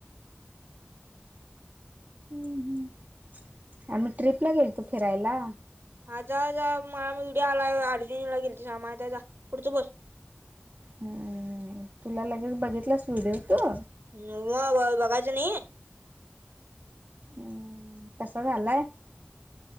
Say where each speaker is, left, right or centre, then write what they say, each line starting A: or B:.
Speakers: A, on the right (about 50°); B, on the right (about 65°).
A: हम् हम् आम्ही ट्रीपला गेलतो फिरायला.
B: हा जावा जावा मला व्हिडिओ आलाय, अर्जुनीला गेलत्यासा, माहित हाय जा जा पुढच बोल
A: हम्म तुला लगेच बघितलास व्हिडिओ तू
B: म बघायच नाई?
A: हम्म कसा झालाय?